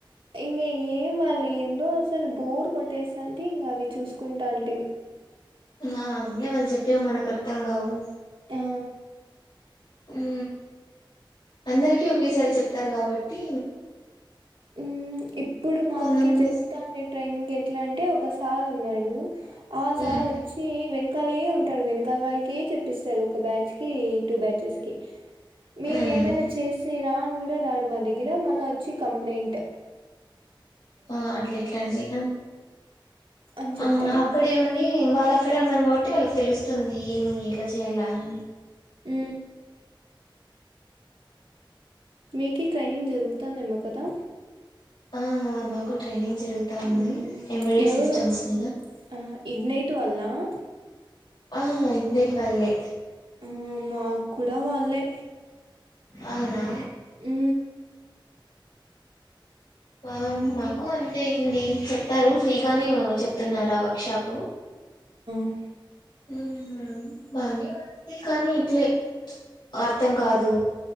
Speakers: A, on the right; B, on the left.
A: ఇంగ ఏం వాళ్ళు ఏందో అసలు బోర్ కొట్టేస్తా అంటే ఇంకా అవి చూసుకుంటా అంటే మీ
B: ఆ ఉండ వాళ్ళు చెప్పేవు మనకు అర్థం కావు
A: ఆ
B: ఆ అందరికిీ ఒకేసారి చెప్ చెప్తారు కాబట్టి
A: ఉ ఇ ఇప్పుడు మాకి
B: కొంతమంది
A: జరుగుతండ ట్రైనింగ్ ఎట్లా అంటే ఒకసారి ఉన్నాడు ఆ
B: ఉమ్
A: సార్ వచ్చి వెను కలి ఉంటాడు వెనకాల వాళ్ళకి చెప్పిస్తారు ఒక బ్యాచ్ కి టూ బ్యాచెస్ కి మేము
B: ఉమ్
A: ఏమైనా చేసరా రాడు మా దగ్గర మళ్ళ వచ్చి కంపె ప్లయింట్
B: ఆ అట్లాట్లండి
A: అని చెప్తాడు
B: ఆ అక్కడే ఉడి వాళ్ళు అక్కడ ఉన్నారు కాబట్టి వాళ్ళ తెలుస్తు ఉంది. ఏమి ఎట్ల చేయ్యాల్ల అని
A: ఊ మీకీ ట్రైనింగ్ జరుగుతందేమో కదా
B: ఆ మాకు ట్రైనింగ్ జరుగుతా ఉంది
A: ఊహు
B: ఎంబెడెడ్
A: ఎవరు
B: సిస్టమ్స్ మీద
A: ఆహా ఇగ్నేైట్ వాల్లా ఆ
B: ఆ ఇగ్నైట్ వాల్లే
A: ఆ మాకూడా వాళ్ళే
B: అవునా.
A: ఊ
B: ఆ
A: అన్ని
B: మాకు అంతే అండి. చెప్తారు ఫ్రీగానే చెప్తున్నారా వర్క్ షాప్
A: ఉ
B: ఊ బానే ఉంది కానీ ఇట్లే అర్థం కాదు.